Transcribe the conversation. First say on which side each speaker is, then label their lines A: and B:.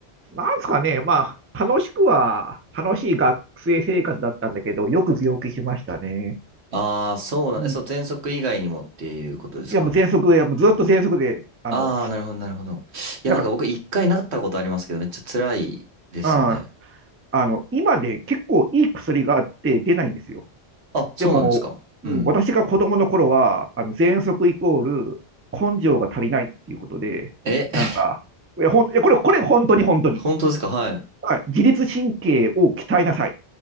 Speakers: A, on the right; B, on the right.
A: なんですかね、まあ、楽しくは、楽しい学生生活だったんだけど、よく病気しましたね。
B: ああ、そうなん、
A: うん
B: えそう、前職以外にもっていうことですか
A: いや、もう喘息、いや、もうずっと喘息で、あの、
B: ああー、なるほど、なるほど。いや、
A: だか
B: なんか僕一回なったことありますけど、めっちゃ辛いですよね。
A: ら、うん、あの、今で結構いい薬があって出ないんですよ。
B: あ、そうなんですかうん。
A: でも、うん私が子供の頃は、あの、喘息イコール根性が足りないっていうことで、
B: え、
A: なんか、
B: <laughs>
A: いや、ほん、いやこれ、これ本当に本当に。
B: 本当ですかはい。
A: はい。自律神経を鍛えなさいっ